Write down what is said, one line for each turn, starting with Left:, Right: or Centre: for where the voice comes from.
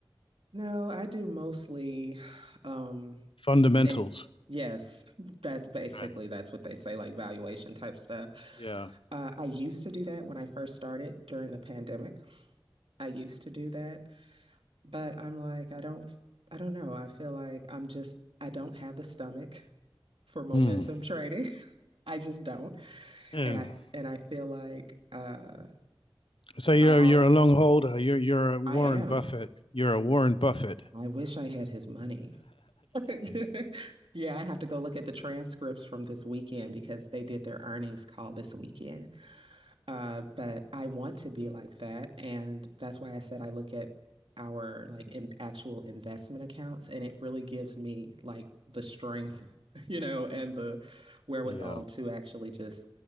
Right: No, I do mostly, um,
Left: fundamentals.
Right: and yes, <laughs> that's basically
Left: Right.
Right: that's what they say, like valuation type stuff.
Left: Yeah.
Right: Uh, I used to do that when I first started during the pandemic. I used to do that, but I'm like, I don't, I don't know. I feel like I'm just, I don't have the stomach for momentum
Left: Hmm.
Right: trading. <laughs> I just don't.
Left: And
Right: And I and I feel like uh
Left: so you're
Right: I all
Left: you're a long holder. You're you're a Warren
Right: I am.
Left: Buffett. You're a Warren Buffett.
Right: I wish I had his money. <laughs> yeah, I have to go look at the transcripts from this weekend because they did their earnings call this weekend Uh, but I want to be like that. And that's why I said I look at our like in actual investment accounts and it really gives me like the strength, <laughs> you know, and the wherewithal
Left: Yeah.
Right: to actually just